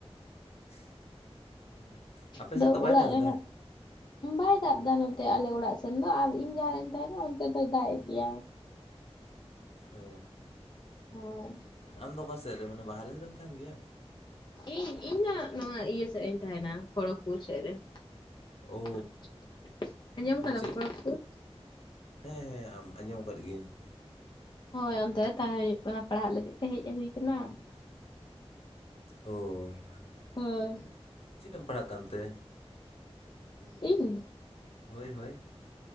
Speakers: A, on the left; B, on the left.
A: <inaudible>
B: ᱟᱫᱚ
A: ᱥᱮᱫ ᱫᱚ ᱵᱟᱭ
B: ᱚᱲᱟᱜ
A: ᱫᱟᱜᱽ
B: ᱨᱮ
A: ᱮᱫᱟᱭ
B: ᱦᱟᱸᱜ <inaudible> ᱵᱟᱭ ᱫᱟᱜ ᱮᱫᱟ ᱱᱚᱛᱮ ᱟᱞᱮ ᱚᱲᱟᱜ ᱥᱮᱱ ᱫᱚ ᱟᱨ ᱤᱧ ᱡᱟᱦᱟᱸ ᱨᱤᱧ ᱛᱟᱦᱮᱱᱟ ᱚᱱᱛᱮ ᱫᱚᱭ ᱫᱟᱜ ᱮᱫ ᱜᱮᱭᱟ ᱾
A: ᱚᱻ
B: ᱦᱳᱭ
A: <inaudible> ᱟᱢ ᱫᱚ ᱚᱠᱟ ᱥᱮᱫ ᱨᱮ ᱢᱟᱱᱮ ᱵᱟᱦᱨᱮ ᱥᱮᱫ ᱨᱮᱢ ᱛᱟᱦᱮᱱ ᱜᱮᱭᱟ?
B: ᱤᱧ ᱤᱧ ᱫᱚ ᱱᱚᱣᱟ ᱤᱭᱟᱹ ᱥᱮᱫ ᱤᱧ ᱛᱟᱦᱮᱱᱟ ᱠᱷᱚᱲᱚᱜᱽᱯᱩᱨ ᱥᱮᱫ ᱨᱮ ᱾
A: ᱚ
B: <inaudible> ᱟᱸᱡᱚᱢ ᱠᱟᱫᱟᱢ
A: ᱪᱮᱫ
B: ᱠᱷᱚᱲᱚᱜᱽᱯᱩᱨ?
A: ᱦᱮᱸ ᱦᱮᱸ ᱟᱸᱢ ᱟᱸᱡᱚᱢ ᱟᱠᱟᱫ ᱜᱤᱭᱤᱧ ᱾
B: ᱦᱳᱭ ᱚᱱᱛᱮ ᱨᱮ ᱛᱟᱸᱦᱮ ᱦᱩᱭᱩᱜ ᱠᱟᱱᱟ ᱯᱟᱲᱦᱟᱜ ᱞᱟᱹᱜᱤᱫ ᱛᱮ ᱦᱮᱡ ᱦᱩᱭ ᱟᱠᱟᱱᱟ ᱾
A: ᱚ ᱾
B: ᱦᱳᱭ
A: <inaudible> ᱪᱮᱫ ᱮᱢ ᱯᱟᱲᱦᱟᱜ ᱠᱟᱱᱛᱮ?
B: <inaudible> ᱤᱧ?
A: ᱦᱳᱭ ᱦᱳᱭ ᱾